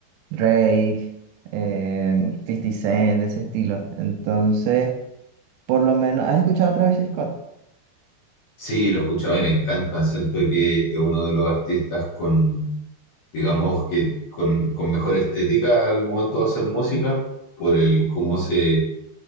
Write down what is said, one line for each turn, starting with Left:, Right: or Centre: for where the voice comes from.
Right: Drake, eh, 50 Cent, de ese estilo. Entonces, por lo menos, ¿has escuchado a Travis Scott?
Left: Sí, lo he escuchado y me encanta. Siento que es uno de los artistas con, digamos que con, con mejor estética al momento de hacer música, por el cómo se,